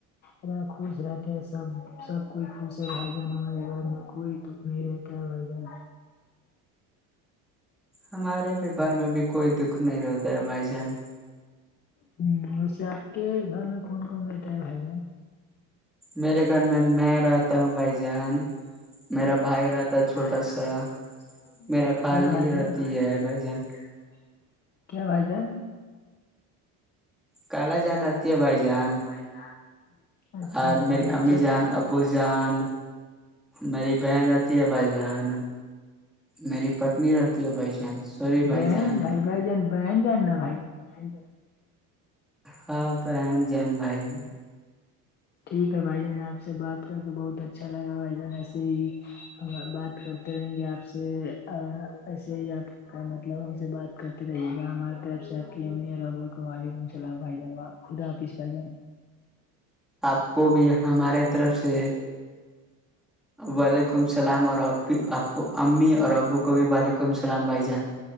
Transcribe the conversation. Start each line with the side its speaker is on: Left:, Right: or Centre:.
Left: ا خوش رہتے ہیں سب سب کوئی خوش ہے بھائی جان ہمارے گھر میں کوئی دکھ نہیں رہتا ہے بھائی جان
Centre: ہمارے بھی گھر میں بھی کوئی دکھ نہیں رہتا ہے بھائی جان
Left: ہ ویسے آپ کے گھر میں کون کون رہتا ہے بھائی جان
Centre: میرے گھر میں میں رہتا ہوں بھائی جان میرا بھائی رہتا
Left: ما
Centre: ہے چھوٹا
Left: بھائی رہتا
Centre: سا
Left: چھوٹا سا
Centre: میرا خالی
Left: کیا بھائی
Centre: رہتی
Left: ہے ب
Centre: بھائی
Left: رہتی
Centre: جان
Left: ہے کیا بھائی جان
Centre: کال جان رہتی ہے بھائی جان
Left: <inaudible> اچھا
Centre: اور
Left: بھائی
Centre: میری امی
Left: چل
Centre: جان ابو جان میری بہن رہتی ہے بھائی جان میری پتنی رہتی ہے بھائی جان سوری بھائی
Left: بہن
Centre: جان
Left: بھائی بھائی جان بہن جان نا بھائی جان
Centre: ہاں پہن جین بھائی
Left: ٹھیک ہے بھائی جان آپ سے بات کر کے بہت اچھا لگا بھائی جان ایسے ہی بات کر رہیں گے آپ سے ایسے ہی آپ کا مطلب ہم سے بات کرتے رہیے گا ہمار آپ سے آپکی امی اور ابو کو وعلیکم السلام بھائی جان خدا حافظ بھائی جان
Centre: آپ کو بھی ہمارے طرف سے وعلیکم السلام اور اب بھی آپ کو امی اور ابو کو بھی وعلیکم السلام بھائی جان